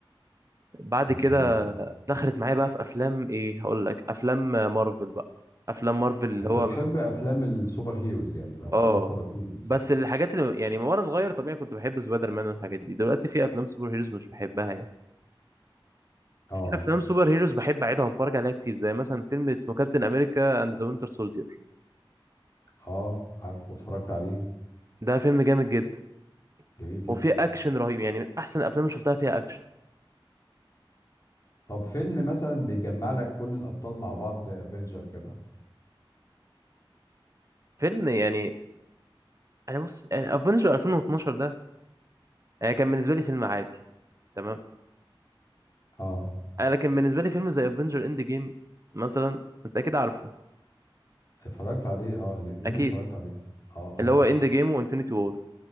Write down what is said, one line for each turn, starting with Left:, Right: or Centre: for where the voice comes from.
Right: بعد
Left: آه،
Right: كده
Left: كان
Right: دخلت معايا بقى في افلام ايه هقول لك افلام مارفل بقى افلام مارفل اللي
Left: انت
Right: هو
Left: بتحب
Right: من-
Left: افلام السوبر هيروز يعني الابطال
Right: اه
Left: الخارقين مثلا
Right: بس الحاجات اللي يعني وانا صغير طبيعي كنت بحب سبايدر مان والحاجات دي دلوقتي في افلام سوبر هيروز مش بحبها يعني
Left: اه
Right: في افلام سوبر هيروز بحب اعيدها واتفرج عليها كتير زي مثلا فيلم اسمه كابتن امريكا اند ذا وينتر سولدير
Left: اه عارفه واتفرجت عليه
Right: ده فيلم جامد جدا
Left: جميل جدا
Right: وفيه اكشن رهيب يعني من احسن الافلام اللي شفتها فيها اكشن
Left: طب فيلم مثلا بيجمع لك كل الابطال مع بعض زي افنجر كده
Right: فيلم يعني انا بص يعني افنجر 2012 آه، كان بالنسبه لي فيلم عادي تمام
Left: اه
Right: آه، لكن بالنسبه لي فيلم زي افنجر اند جيم مثلا انت اكيد عارفه
Left: اتفرجت عليه اه الاتنين
Right: اكيد
Left: اتفرجت عليه اه اه
Right: اللي هو اند جيم وانفينيتي وور